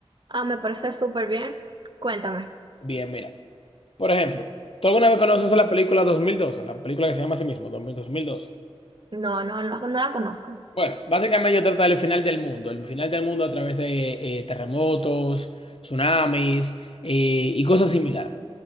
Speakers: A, on the right (about 50°); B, on the left (about 60°).
A: Ah, me parece súper bien. Cuéntame.
B: Bien, mira. Por ejemplo, ¿tú alguna vez conoces la película 2012? La película que se llama así mismo, 2012.
A: No, no, no, no la conozco.
B: Bueno, básicamente yo trata del final del mundo, el final del mundo a través de eh, terremotos, tsunamis eh, y cosas similares.